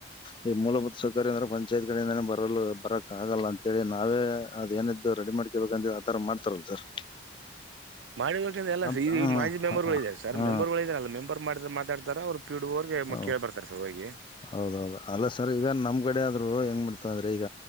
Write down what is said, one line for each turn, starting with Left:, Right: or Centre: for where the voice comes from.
Left: ಈ ಮೂಲಭೂತ ಸೊ ಬರೆ ಅಂದ್ರ ಪಂಚಾಯತ್ ಕಡಿಂದೇ ಬರಲ್ ಬರಕ್ ಆಗಲ್ಲ ಅಂತೇಳಿ ನಾವೇ ಅದೇನಿದ್ದು ರೆಡಿ ಮಾಡ್ಕರ್ಬೇಕ ಅಂತಿ ಆತರ ಮಾಡ್ತಾರಲ್ಲ ಸರ್
Right: ಮಾಡಿರಕ ಎಲ್ಲ
Left: ಅಂತ-
Right: ಸ ಈ
Left: ಹಾ
Right: ಮಾಜಿ ಮೆಂಬರ್ಗಳು
Left: ಹಾ, ಹಾ,
Right: ಇದಾರೆ ಸರ್
Left: ಹಾ,
Right: ಮೆಂಬರ್ ಗಳು ಇದಾರೆ ಅ ಮಂಮ್ ಬರ್ ಮಾಡಿದ ಮಾತಾಡ್ತಾರ ಅವ್ರ ಪಿಡಿಓ
Left: ಹೌ-
Right: ಕೇಳ್ ಬರ್ತಾರೆ ಸರ್ ಹೋಗಿ
Left: ಹೌದೌದು ಅಲ್ಲ ಸರ್ ಈಗ ನಮ್ ಮ್ಮ್ ಕಡೆ ಆದ್ರು ಹೆಂಗ ಮಾಡ್ತಂದ್ರೆ ಈಗ